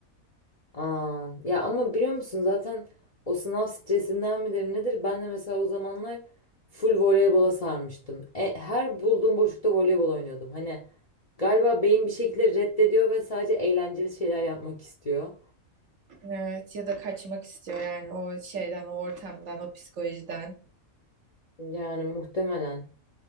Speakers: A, on the left; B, on the right.
A: Aa, ya ama biliyor musun zaten o sınav stresinden midir nedir? Ben de mesela o zamanlar full voleybola sarmıştım. E, her bulduğum boşlukta voleybol oynuyordum. Hani galiba beyin bir şekilde reddediyor ve sadece eğlenceli şeyler yapmak istiyor.
B: Evet ya da kaçmak istiyor yani o şeyden, o ortamdan, o psikolojiden.
A: Yani muhtemelen.